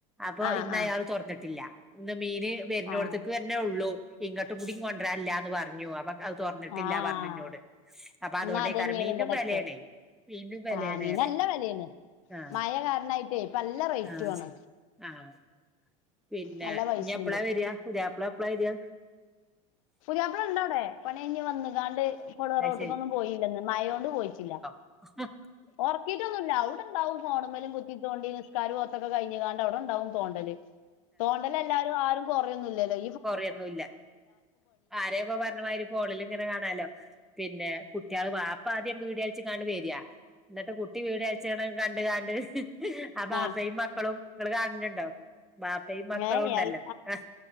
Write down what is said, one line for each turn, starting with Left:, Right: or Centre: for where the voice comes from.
Centre: അപ്പൊ
Left: ആഹ്
Centre: ഇന്ന്
Left: ആഹ്
Centre: അയാള് തൊറന്നിട്ടില്ല ഇന്ന് മീന് വരുന്നോടത്തേക്ക്
Left: ആഹ്
Centre: തന്നെ ഉള്ളു. ഇങ്ങോട്ട് മീൻ കൊണ്ടരല്ല എന്ന് പറഞ്ഞു അപ്പൊ തൊറന്നിട്ടില്ല
Left: ആഹ്
Centre: പറഞ്ഞുന്നൊട് അപ്പ അതൊണ്ടയ്കാരം
Left: എന്നാ അതന്നെയാണ്
Centre: മീനും
Left: ഇവിടൊക്കെ
Centre: വെലെണ് മീനും ബെലെണ്റിയ
Left: ആഹ് മീന്
Centre: അറിയ
Left: നല്ല വെലയാണ്
Centre: ആഹ്
Left: മഴ കാരണായിട്ടേ ഇപ്പ നല്ല റേറ്റും
Centre: ആഹ്
Left: ആണ്
Centre: ശരി ആഹ് പിന്നെ
Left: നല്ല പൈസയുണ്ട്
Centre: ഇനി എപ്പളാ വരിയാ പുതിയപ്പള എപ്പളാ വരിയ
Left: പ്പളണ്ടവിടെ പണിയ്ഞ് വന്ന്കാണ്ട് ഇള
Centre: അത്
Left: റോട്ടിക്കൊന്നും പോയില്ലന്ന് മഴ കൊണ്ട് പോയിട്ട്ല്ല
Centre: ആഹ്
Left: ഒറക്കിയിട്ടൊന്നുല്ല അവിടെണ്ടാവുംഫോണെ മ്മലും കുത്തി തോണ്ടി നിസ്കാരം പോത്തൊക്കെ കഴിഞ്ഞ കാണ്ട് അവിടെ ഉണ്ടാവും തോണ്ടല് തോണ്ടലല്ലാരും ആരും കൊറയൊന്നില്ലല്ലോ
Centre: കൊറൊയൊന്നുല്ല ആരെയപ്പോ പറഞ്ഞമാതിരി ഫോണിൽലിങ്ങനെ കാണാലോ പിന്നെ കുട്ടികള് പാപ്പ ആദ്യം വീട് കളിച്ച് കാണ്ട് വരിയാ ഇന്നട്ട് കുട്ടി വീട് അയച്ചണ കണ്ട് കണ്ട് ആ പാപ്പയും
Left: ആഹ്
Centre: മക്കളും നിങ്ങള് കാണലുണ്ടാ ബാപ്പയും മക്കളും
Left: ഏയ്
Centre: ഉണ്ടല്ലോ
Left: അത്
Centre: ആഹ്